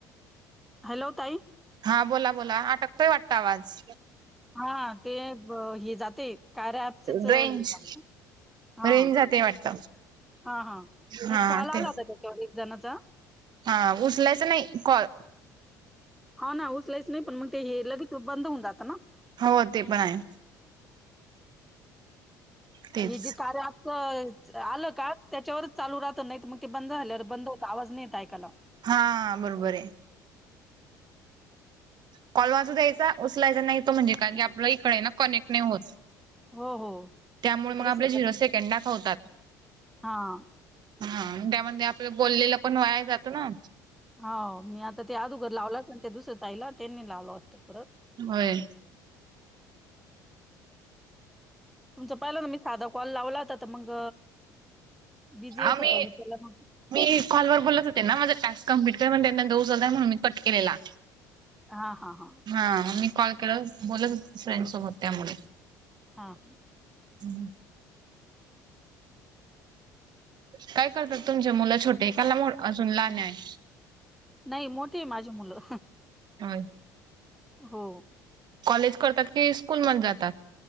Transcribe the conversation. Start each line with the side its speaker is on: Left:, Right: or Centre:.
Centre: hello ताई
Right: हा बोला बोला अटकतोय वाटत आवाज?
Centre: हां, ते ब हे जाते कार्या ऍपचच हे
Right: रेंज
Centre: झालं हा,
Right: रेंज जाते वाटत
Centre: हा हा नाही
Right: हा
Centre: कॉल आला
Right: ते
Centre: होता त्येच्यावर एक जणाचा
Right: हा उचलायचा नाही कॉल
Centre: हा ना उचलायच नाही पण मग ते हे लगेच बंद होवून जात ना?
Right: हो ते पण आहे तेच
Centre: ही जे कार्या ॲप आलं का त्येच्यावर चालू राहत नाहीत मग ते बंद झाल्यावर बंद होत आवाज नाहीे येत ऐकायला
Right: हा बरोबर हेय कॉल वाजू द्यायचा उचलायचा नाही तो म्हणजे कारण की आपलं इकड आहे ना कनेक्ट नाही होतं
Centre: हो, हो.
Right: त्यामुळ
Centre: इकडेच
Right: मग आपल
Centre: होतं
Right: झिरो
Centre: मी.
Right: सेकंद दाखवतात
Centre: हां,
Right: हा त्यामध्ये आपलं बोललेलं पण वाया जातं ना
Centre: हो मी आता ते अगूदर लावलात ना त्या दुसऱ्या ताईला त्येनी लावलं होतं होता परत
Right: होय
Centre: तुमच पहिलं ना मी साधा कॉल लावला होता तर मंग बिझी येत
Right: आम्ही
Centre: होता उचलला नाही
Right: मी कॉलवर बोलत होते ना, माझं टास्क कंप्लीट कर त्यांना नंतर उचलताय म्हणून मी कट केलेला
Centre: हा, हा, हा
Right: हा मी कॉल केलावर बोलत होत फ्रेंडसोबत त्या मुली
Centre: हा, हा
Right: हम् काय करतात तुमचे मुलं छोटे? ऐकाला अजून लहान आहेत.
Centre: नाही मोठीय माझी मुलं
Right: होय
Centre: हो.
Right: कॉलेज करतात की स्कूल मध्ये जातात.